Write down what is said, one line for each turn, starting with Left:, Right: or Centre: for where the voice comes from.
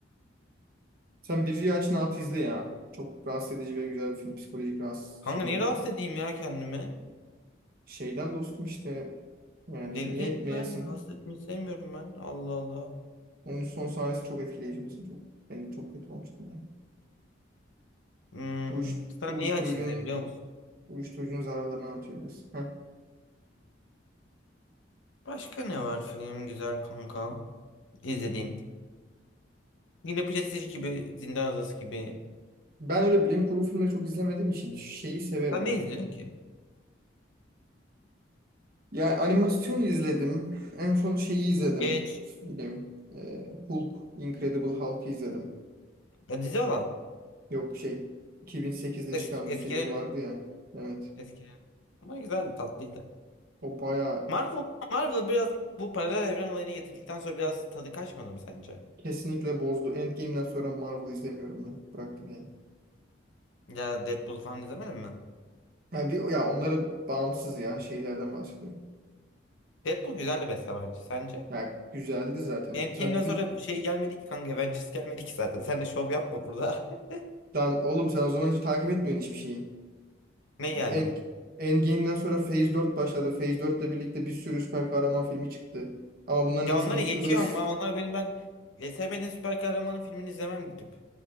Right: Sen bir aç ne yap izle ya. Çok rahatsız edici ve güzel bir film. Psikolojik rahatsız
Left: Kanka
Right: şey olur
Left: niye rahatsız
Right: yani.
Left: edeyim ya kendimi?
Right: Şeyden dostum işte Yani
Left: Deli
Right: niye
Left: değilim
Right: etmeyesin?
Left: ben. Rahatsız etmeyi sevmiyorum ben. Allah Allah.
Right: Onun son sahnesi çok etkileyici mesela. Çok, ben çok kötü olmuştum yani.
Left: Hmm,
Right: Uyuş,
Left: sen
Right: uyuşturucunun
Left: neyi aç izle biliyor musun?
Right: uyuşturucunun zararlarını anlatıyor biraz. Heh.
Left: Başka ne var film güzel kanka? İzlediğin. Yine Prestige gibi Zindan Adası gibi.
Right: Ben öyle bilim kurgu filmleri çok izlemediğim için şeyi severim
Left: Sen
Right: ama.
Left: ne izliyorsun ki?
Right: Ya animasyon izledim. En son şeyi izledim.
Left: Geç.
Right: Film. Ee, Hulk, Incredible Hulk'ı izledim.
Left: Ya dizi olan.
Right: Yok şey. 2008'de
Left: Eski,
Right: çıkan
Left: eskilerin.
Right: bir filmi vardı ya. Evet.
Left: Eskilerin. Ama güzel tatlıydı.
Right: O bayağı
Left: Marvel, Marvel biraz bu paralel evren olayını getirdikten sonra biraz tadı kaçmadı mı sence?
Right: kesinlikle bozdu. Endgame'den sonra Marvel izlemiyorum ben. Bıraktım yani.
Left: Ya Deadpool falan izlemedin mi?
Right: Ha bir ya onları bağımsız ya şeylerden bahsediyorum.
Left: Deadpool güzeldi mesela bence. Sence?
Right: Ya güzeldi zaten.
Left: Endgame'den
Right: Sen bütün
Left: sonra bir şey gelmedi ki kanka. Avengers gelmedi ki zaten. Sen de şov yapma burada. <laughs>
Right: lan oğlum sen o zaman hiç takip etmiyorsun hiçbir şeyi.
Left: Ne geldi?
Right: End, Endgame'den sonra Phase 4 başladı. Phase 4 ile birlikte bir sürü süper kahraman filmi çıktı. Ama bunların
Left: Ya
Right: hepsi
Left: onları
Right: multiverse.
Left: geçiyor ama onlar benim ben e, sevmediğim süper kahramanın filmini izlemem gidip.